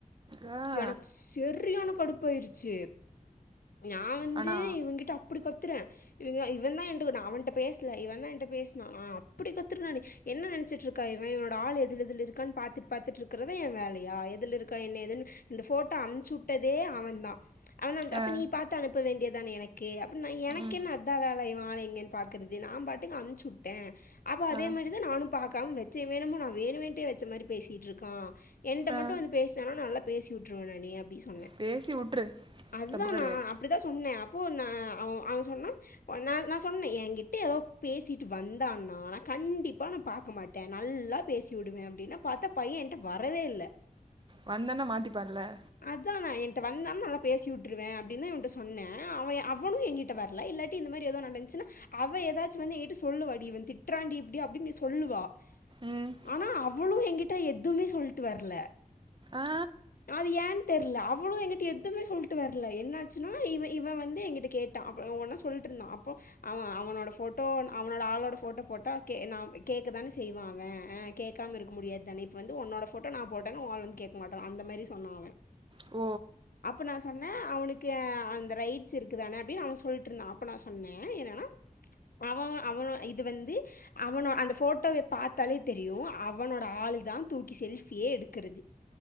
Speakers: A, on the right; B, on the left.
A: ஆ
B: எனக்கு சரியான கடுப்பு ஆயிருச்சு நா வந்
A: ஆனா
B: அப்புடி கத்துருர இவ இவ தா என்ட்ட நா அவன்ட்ட பேசல இவன்தா என்ட்ட பேசுனா ஆ அப்புடி கத்துன நானு என்ன நெனச்சிட்ருக்கா இவ இவனோட ஆள் எதுல எதுல இருக்கான் பாத்தட் பாத்துட்ருக்கறதா ஏ வேலயா எதுல இருக்கா என்ன எதுன்னு இந்த ஃபோட்டோ அம்ச்சு உட்டதே அவந்தா அவன்தா அம்ச்சா அப்போ
A: ஆ
B: நீ பாத்து அனுப்ப வேண்டியதான எனக்கு அப்ப நா எனக்கு
A: ம்
B: என்ன எந்த வேல இவ ஆளு எங்கேன் பாக்கறது நா பாட்டுக்கு அம்ச்சு உட்டே அப்ப அதே
A: ஆ
B: மாரி தா நானு பாக்காம வச்சே இவ எனமோ நா வேணுமிண்ட்டே வச்ச மாரி பேசிட்டுருக்கா என்கிட்ட
A: ஆ
B: மட்டு வந்து பேசுனானா நல்லா பேசி உட்டுருவே நானு அப்டினு சொன்ன
A: பேசி விட்ரு
B: அதுதா
A: தப்பு கிடையாது
B: நா அப்டிதா சொன்ன அப்போ நா அவ அவ சொன்னா ந நா சொன்ன என்கிட்ட ஏதோ பேசிட்டு வந்தான்னா நா கண்டிப்பா நா பாக்க மாட் ட நல்லா பேசிவிடுவே அப்டின்னா பாத்தா பைய என்ட்ட வரவே இல்ல
A: வந்தனா மாட்டிப்பால்ல
B: அதா நா என்ட்ட வந்தானா நல்லா பேசி உட்டுருவே அப்டின்தா இவன்ட்ட சொன்னே அவ அவனு எங்கிட்ட வரல இல்லாட்டி இந்த மாரி ஏதோ நடந்துச்சுன்னா அவ ஏதாச்சு வந்து என்ட்ட சொல்லுவா டி இவ திட்றாண்டி இப்டி அப்டின்னு சொல்லுவா
A: ம்
B: ஆனா அவளு எங்கிட்ட எதுமே சொல்ட்டு வரல
A: ஆ
B: அது ஏன் தெர்ல அவளு ஏங்கிட்ட எதுமே சொல்லிட்டு வர்ல என்னாச்சுனா இவ இவன் வந்து ஏங்கிட்ட கேட்டா அப்போ ஒவ்வொண்ணா சொல்லிட்ருந்தா அப்றோ அவ அவனோட ஃபோட்டோ அவனோட ஆளோட ஃபோட்டோ போட்டா நா கேக்கதானே செய்வா அவே கேக்காம இருக்க முடியாது தானே இப்போ வந்து ஒன்னோட ஃபோட்டோ நா போட்டேனா ஓ ஆள் வந்து கேக் மாட்டா அந்த மாரி சொன்னா அவே
A: உ
B: அப்ப நா சொன்னே அவனுக்கு அ ரைட்ஸ் இருக்குதானே அப்டின்னு அவ சொல்ட்ருந்தா அப்ப நா சொன்னே என்னனா அவவ அவன இது வந்து அவனோ அந்த போட்டோவ பாத்தாலே தெரியு அவனோட ஆளு தா தூக்கி செல்ஃபியே எடுக்குறது